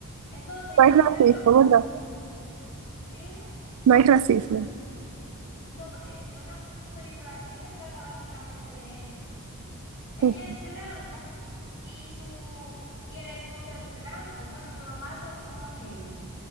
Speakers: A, on the left (about 65°); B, on the right (about 75°).
A: Entonces, ella
B: hay
A: es
B: racismo,
A: blanca,
B: ¿verdad?
A: dime.
B: No hay racismo.
A: No, porque es una película sí se trata básicamente de eso. Ella
B: Ok.
A: es blanca y su y el esposo es blanco, bueno, pero más oscuro que ella.